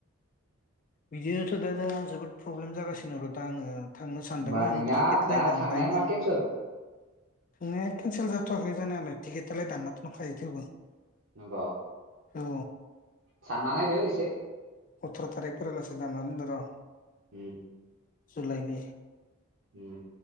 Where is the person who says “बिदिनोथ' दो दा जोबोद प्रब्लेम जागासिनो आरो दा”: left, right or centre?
Left